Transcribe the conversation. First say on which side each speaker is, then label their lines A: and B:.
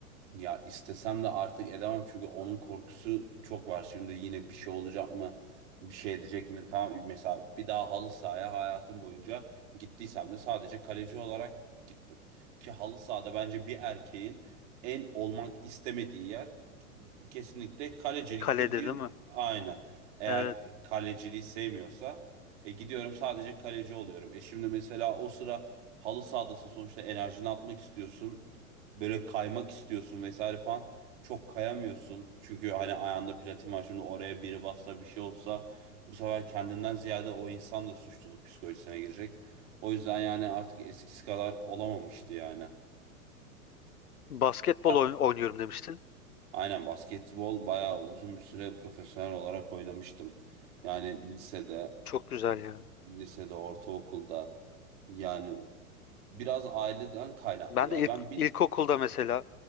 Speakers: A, on the right; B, on the left.
A: Ya istesem de artık edemem çünkü onun korkusu çok var. Şimdi yine bir şey olacak mı? Bir şey edecek mi? Tam mesela bir daha halı sahaya hayatım boyunca gittiysem de sadece kaleci olarak gittim. Ki halı sahada bence bir erkeğin en olmak istemediği yer t- kesinlikle kaleciliktir
B: Kaledir
A: diye.
B: değil mi?
A: Aynen. Eğer
B: Evet.
A: kaleciliği sevmiyorsa e, gidiyorum sadece kaleci oluyorum. E şimdi mesela o sıra halı sahadasın sonuçta enerjini atmak istiyorsun böyle kaymak istiyorsun vesaire falan çok kayamıyorsun. Çünkü hani ayağında platin var şimdi oraya biri bassa bir şey olsa bu sefer kendinden ziyade o insan da suçluluk psikolojisine girecek. O yüzden yani artık eskisi kadar olamamıştı yani.
B: Basketbol
A: Sen-
B: oyn- oynuyorum demiştin.
A: aynen basketbol bayağı uzun bir süre profesyonel olarak oynamıştım. Yani lisede,
B: Çok güzel ya.
A: lisede, ortaokulda yani biraz aileden kaynaklı
B: Ben
A: ya.
B: de ilk
A: Ben bin...
B: ilkokulda mesela